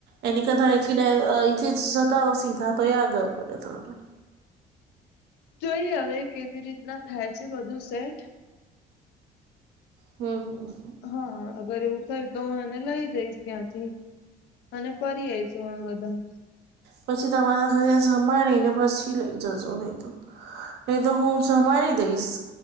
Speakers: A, on the right; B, on the left.
A: એની કરતા અઈથી ડાઈ એ અઈથી જતા રો સીધા તો એ આગળ પડે થોડું
B: જોઈ હવે કેવી રીતના થાય છે બધું સેટ
A: હમ્મ હમ્મ
B: હા અગર એવું થયુ તો હુ એને લઈ જઈશ ત્યાંથી અને ફરી આઈશું અમે બધા.
A: પછી તમારા ઘરે સંભારીને પછી લઈ જજો નહી તો. નહી તો હું સંભારી દઈશ